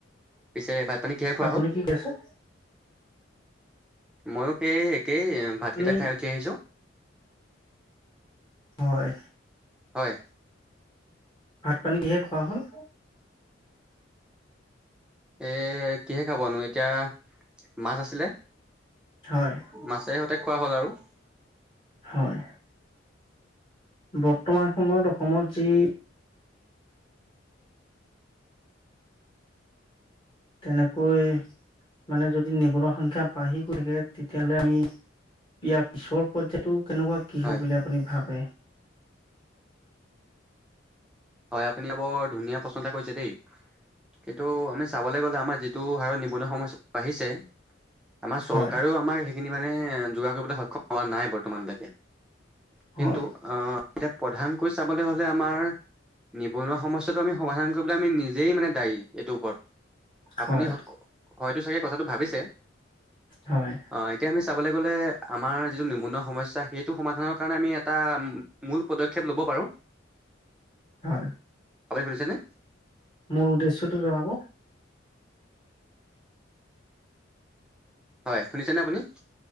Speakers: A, in the centre; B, on the left.
A: পিছে ভাতপানী কিহে খোৱা
B: আপুনি
A: হ'ল?
B: কি কৈছে
A: মইও সেই একেই,
B: আপুনি
A: ভাতকেইটা খাই উঠি আহিছো।
B: হয়।
A: হয়।
B: ভাত পানী কিহে খোৱা হ'ল?
A: এ' কিহে খাবনো এতিয়া মাছ আছিলে।
B: হয়
A: মাছে সৈতে খোৱা হ'ল আৰু।
B: হয়। বৰ্তমান সময়ত অসমত যি তেনেকৈ মানে যদি নিবনুৱা বাঢ়ি গৈ থাকে তেতিয়াহ'লে আমি- ইয়াৰ পিছৰ পৰ্যায়তো কেনেকুৱা কি
A: হয়
B: হ'ব বুলি আপুনি ভাবে?
A: হয়, আপুনি বৰ ধুনীয়া প্ৰশ্ন এটা কৰিছে দেই। কিন্তু আমি চাবলৈ গ'লে আমাৰ যিটো হাৰত নিবনুৱা সমস্যা বাঢ়িছে- আমাৰ চৰকাৰেও
B: হয়
A: আমাৰ সেইখিনি মানে যোগাৰ কৰিবলৈ সক্ষম হোৱা নাই বৰ্তমানলৈকে। কিন্তু
B: হয়
A: আঁহ', এতিয়া প্ৰধানকৈ চাবলৈ হ'লে আমাৰ- নিবনুৱা সমস্যাটো আমি সমাধান কৰিবলৈ আমি নিজেই মানে দায়ী এইটোৰ ওপৰত।
B: হয়
A: আপুনি হয়তো চাগে কথাটো ভাবিছে।
B: হয়
A: অ' এতিয়া আমি চাবলৈ গ'লে আমাৰ যিটো নিবনুৱা সমস্যা সেইটো সমাধানৰ কাৰণে আমি এটা উ মূল পদক্ষেপ ল'ব পাৰো।
B: হয়।
A: আপুনি শুনিছেনে?
B: মূল উদ্দেশ্যটো জনাব?
A: হয়, শুনিছেনে আপুনি?